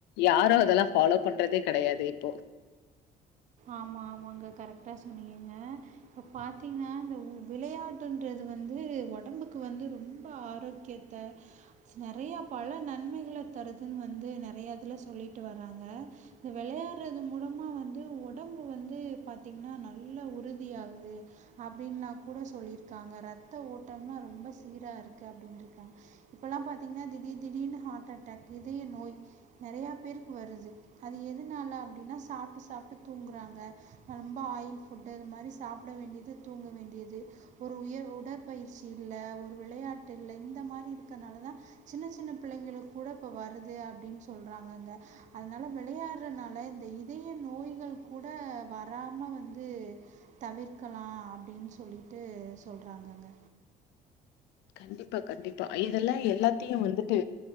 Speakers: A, on the left (about 85°); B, on the right (about 45°).
A: யாரும் அதெல்லாம் பாலோ பண்றதே கிடையாது இப்போ
B: ஆமா ஆமாங்க கரெக்டா சொன்னீங்க இப்ப பாத்தீங்கன்னா இந்த விளையாட்டுயின்றது வந்து உடம்புக்கு வந்து ரொம்ப ஆரோக்கியத்தை நிறைய பல நன்மைகளை தருது இன்னும் வந்து நிறைய இதுல சொல்லிட்டு வராங்க இந்த விளையாடுறது மூலமா வந்து உடம்பு வந்து பாத்தீங்கன்னா நல்ல உறுதி ஆகுது அப்டி எல்லா கூட சொல்லிருக்காங்க இரத்த ஓட்டம் ஆனா ரொம்ப சீராக இருக்கு அப்டின்னு இருக்காங்க இப்பல்லாம் பாத்தீங்கன்னா திடீர் திடீர்னு ஹார்ட் அட்டாக் இதய நோய் நிறையா பேருக்கு வருது அது எதுனால அப்டின்னா சாப்பிட்டு சாப்பிட்டு தூங்குறாங்க ரொம்ப ஆயில் ஃபுட்டு இது மாரி சாப்பிட வேண்டியது தூங்க வேண்டியது ஒரு உயர் உடற்பயிற்சி இல்ல ஒரு விளையாட்டு இல்ல இந்த மாரி இருக்கனால தா சின்ன சின்ன பிள்ளைங்களுக்கு கூட இப்போ வருது அப்டின்னு சொல்றாங்கங்க அதனால விளையாடுறனால இந்த இதய நோய்கள் கூட வராம வந்து தவிர்க்கலாம் அப்டின்னு சொல்லிட்டு சொல்றாங்கங்க
A: கண்டிப்பா கண்டிப்பா இத எல்லா எல்லாத்தையும் வந்துட்டு